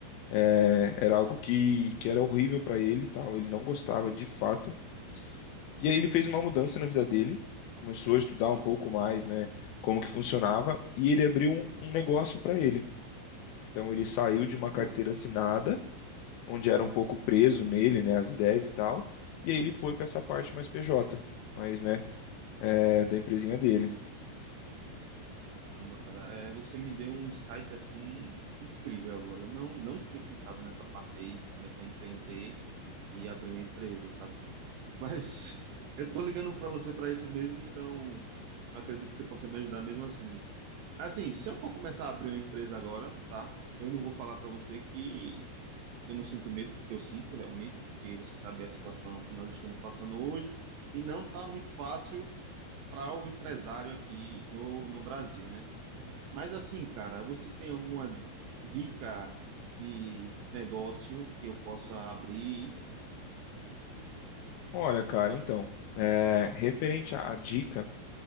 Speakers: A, on the left; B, on the right.
A: É, era algo que, que era horrível para ele, e tal. Ele não gostava de fato. E aí ele fez uma mudança na vida dele, começou a estudar um pouco mais, né, como que funcionava, e ele abriu um, um negócio para ele. Então ele saiu de uma carteira
B: Pô,
A: assinada, onde era um pouco preso nele, né, as ideias e tal. E aí ele foi para essa parte mais PJ, mas né, é, da empresinha dele.
B: caramba, cara, é, você me deu um insight assim incrível agora. Eu não, não tinha pensado nessa parte aí de começar a empreender e abrir uma empresa, sabe? Mas <laughs> eu tô ligando para você para isso mesmo, então eu acredito que você possa me ajudar mesmo assim. Mas assim, se eu for começar a abrir uma empresa agora, tá? Eu não vou falar para você que Eu não sinto medo, porque eu sinto realmente, porque você sabe a situação que nós estamos passando hoje, e não está muito fácil para o empresário aqui no, no Brasil, né? Mas assim, cara, você tem alguma dica de negócio que eu possa abrir?
A: Olha, cara, então, é, referente à dica